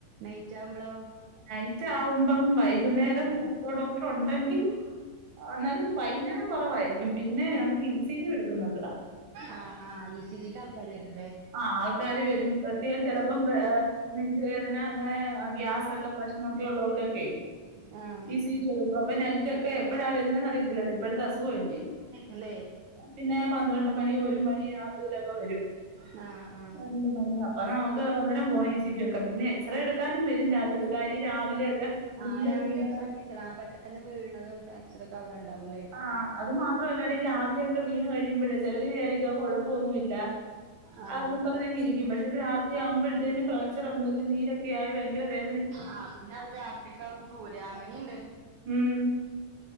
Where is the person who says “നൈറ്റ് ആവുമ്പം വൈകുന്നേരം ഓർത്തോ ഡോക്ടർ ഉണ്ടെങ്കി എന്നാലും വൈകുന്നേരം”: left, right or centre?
Right